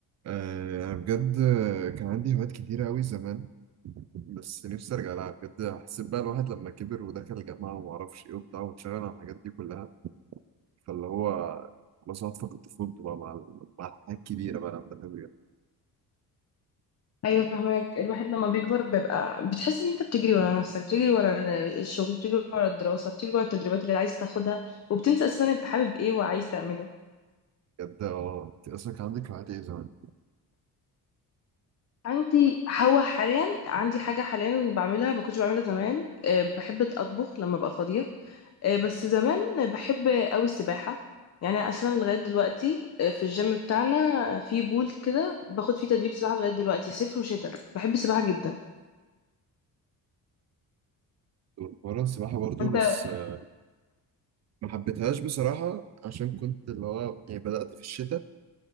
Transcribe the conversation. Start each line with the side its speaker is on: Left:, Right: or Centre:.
Right: آه، أنا بجد كان عندي هوايات كتيرة أوي زمان بس نفسي أرجع لها بجد حسيت بقى الواحد لما كبر ودخل الجامعة ومعرفش إيه وبتاع وانشغل عن الحاجات دي كلها فاللي هو خلاص واحد فقد طفولته بقى مع مع الحاجات الكبيرة بقى لما كبر
Left: ايوه فهمك الواحد لما بيكبر بيبقى بتحس ان انت بتجري ورا نفسك بتجري ورا الشغل بتجري ورا الدراسه بتجري ورا التدريبات اللي عايز تاخدها وبتنسى اساسا انت حابب ايه وعايز تعمله
Right: بجد أه أنت أصلا كان عندك هوايات إيه زمان؟
Left: عندي هو حاليا عندي حاجه حاليا بعملها ما كنتش بعملها زمان أه، بحب اطبخ لما ابقى فاضيه أه، بس زمان بحب قوي السباحه يعني أنا اساسا لغايه دلوقتي أه، في الجيم بتاعنا في بول كده باخد فيه تدريب سباحه لغايه دلوقتي صيف وشتاء بحب السباحه جدا
Right: كنت بتمرن سباحة برضو
Left: انت
Right: بس آه، ما حبيتهاش بصراحة عشان كنت اللي هو يعني بدأت في الشتاء